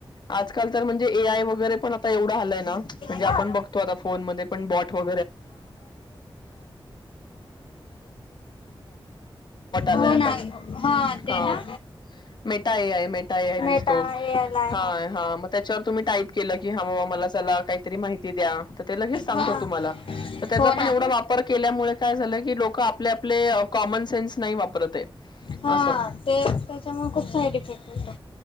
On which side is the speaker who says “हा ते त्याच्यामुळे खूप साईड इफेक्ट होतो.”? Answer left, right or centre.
Left